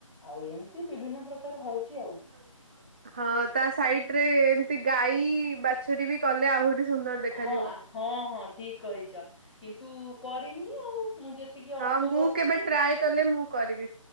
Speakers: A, in the centre; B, on the right.
A: ଆଉ ଏମିତି ବିଭିନ୍ନ ପ୍ରକାର ହଉଛି ଆଉ।
B: ହୁ ହଁ ତା ସାଇଟ ରେ ଏମିତି ଗାଈ ବାଛୁରୀ ବି କଲେ ଆହୁରି ସୁନ୍ଦର ଦେଖାଯିବ।
A: ହଁ ହଁ ହଁ ଠିକ କହିଛ କିନ୍ତୁ କରିନି ଆଉ ମୁଁ ଯେତିକି ଅଳ୍ପ
B: ହଁ ମୁଁ
A: କରିଥିଲି
B: କେବେ ଟ୍ରାଏ କଲେ ମୁଁ କରିବି।